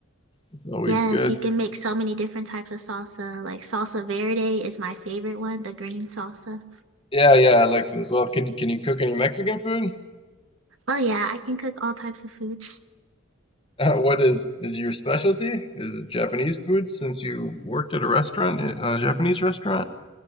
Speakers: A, on the left; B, on the right.
A: it's always
B: Yes,
A: good.
B: you can make so many different types of salsa. Like salsa verde is my favorite one, the green salsa.
A: Yeah, yeah, I like that as well. Can you can you cook any Mexican food?
B: Well, yeah, I can cook all types of food.
A: <laughs> Uh, what is is your specialty? Is it Japanese food since you worked at a restaurant, a Japanese restaurant?